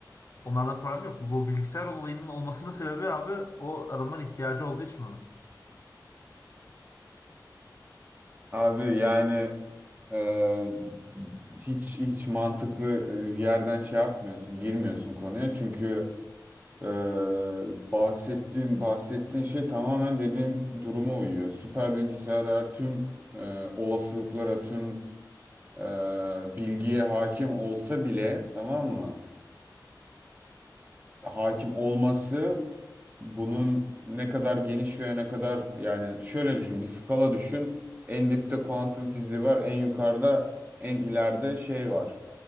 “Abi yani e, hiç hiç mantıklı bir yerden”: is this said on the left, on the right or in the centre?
Right